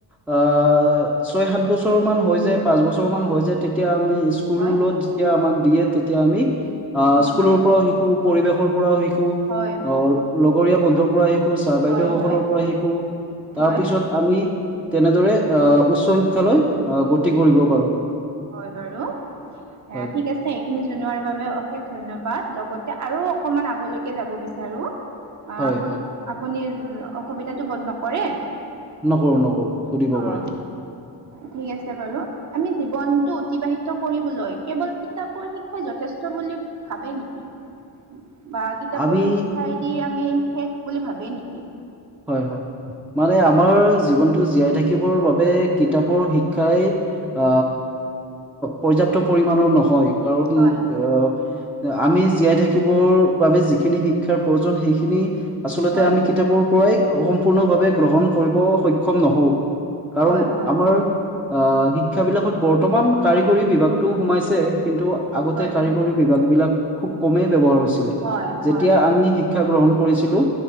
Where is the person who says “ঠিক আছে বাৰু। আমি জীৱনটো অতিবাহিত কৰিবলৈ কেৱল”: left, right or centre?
Right